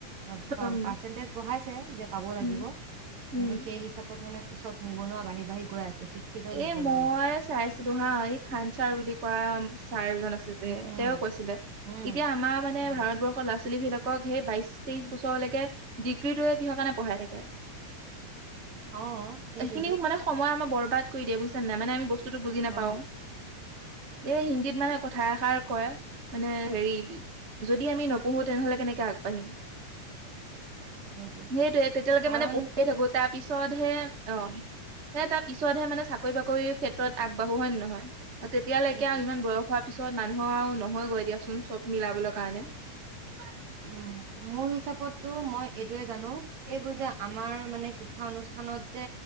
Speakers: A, on the right (about 65°); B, on the right (about 30°).
A: <unintelligible>
B: উম
A: পাৰ্চেন্টেজ বঢ়াইছে যে পাব লাগিব,
B: উম
A: কিন্তু
B: উম
A: সেই হিচাপত মানে চব নিবনুৱা বাঢ়ি, বাঢ়ি গৈ আছে। শিক্ষিত নিবনুৱা
B: এ মই
A: এতিয়া
B: চাইছিলো হা, এই খান চাৰ বুলি কোৱা চাৰ এজন আছে যে
A: উম উম
B: তেওঁ কৈছিলে,
A: উম
B: এতিয়া আমাৰ মানে
A: উম
B: ভাৰতবৰ্ষৰ ল'ৰা ছোৱালী বিলাকক সেই বাইশ, তেইশ বছৰ তেওঁলোকে ডিগ্ৰীটোৱে কিহৰ কাৰণে? পঢ়াই থাকে।
A: অ সেইটোৱেতো
B: এইখিনি মানে সময় আমাৰ বৰবাদ। বুজিছা নাই মানে‌ আমি বস্তু টো বুজি নাপাওঁ,
A: অ
B: এই হিন্দীত মানে কথা এষাৰ কয়, মানে হেৰি যদি আমি নপঢ়ো, তেনেহলে কেনেকে আগবাঢ়িম।
A: সেইটোৱে
B: সেইটোয়ে, তেতিয়ালৈকে
A: কাৰণ
B: মানে পঢ়িয়ে থাকো তাৰ পিছতহে অ সে তাৰ পিছতহে মানে চাকৰি বাকৰি ক্ষেত্ৰত আগবাঢ়ো হয়, নহয় আৰু তেতিয়ালৈকে
A: সেইটোৱে
B: আৰু ইমান বয়স হোৱা পিছত মানুহৰ আৰু নহয়। নহয় গৈ দিয়াচোন, চব মিলাবলৈ কাৰণে
A: উম, মোৰ হিচাপতটো মই এইটোয়ে জানো এইবোৰ যে আমাৰ মানে শিক্ষা অনুষ্ঠানত যে,